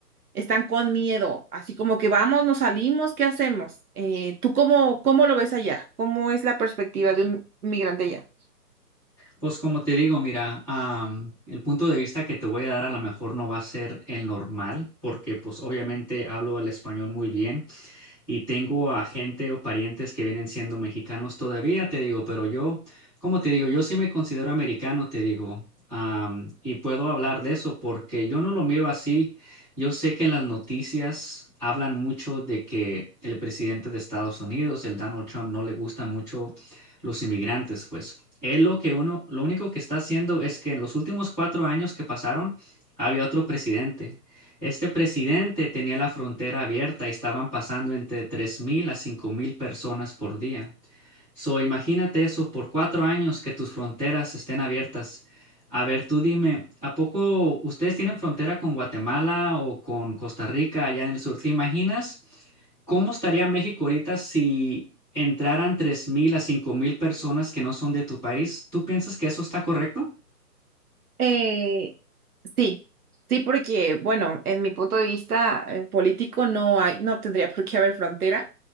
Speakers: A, on the right; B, in the centre.
A: están con miedo, así como que vamos, nos salimos, ¿qué hacemos? Eh, ¿tú cómo, cómo lo ves allá? ¿Cómo es la perspectiva de un migrante allá?
B: Pues como te digo, mira, am, el punto de vista que te voy a dar a lo mejor no va a ser el normal, porque pues obviamente hablo el español muy bien. y tengo a gente o parientes que vienen siendo mexicanos todavía, te digo, pero yo, como te digo, yo sí me considero americano, te digo, am, y puedo hablar de eso porque yo no lo miro así. Yo sé que en las noticias hablan mucho de que el presidente de Estados Unidos, el Donald Trump, no le gustan mucho los inmigrantes, pues. Él lo que uno, lo único que está haciendo es que en los últimos cuatro años que pasaron, había otro presidente. Este presidente tenía la frontera abierta y estaban pasando entre 3.000 a 5.000 personas por día. So, imagínate eso por cuatro años que tus fronteras estén abiertas. A ver, tú dime, ¿a poco ustedes tienen frontera con Guatemala o con Costa Rica allá en el sur? ¿Te imaginas cómo estaría México ahorita si entraran 3.000 a 5.000 personas que no son de tu país? ¿Tú piensas que eso está correcto?
A: Eh, Sí, sí, porque, bueno, en mi punto de vista eh, político no hay, no tendría <laughs> por qué haber fronteras